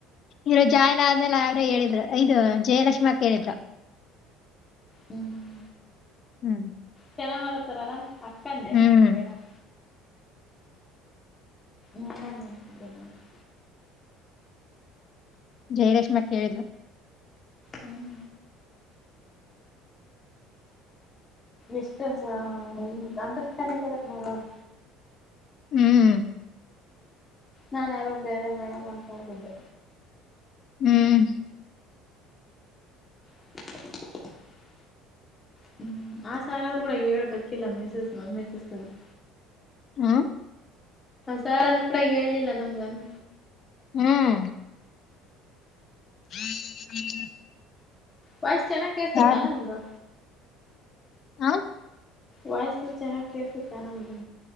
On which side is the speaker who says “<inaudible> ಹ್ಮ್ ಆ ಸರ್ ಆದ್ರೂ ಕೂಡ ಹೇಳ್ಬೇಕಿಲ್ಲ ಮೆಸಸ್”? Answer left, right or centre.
Left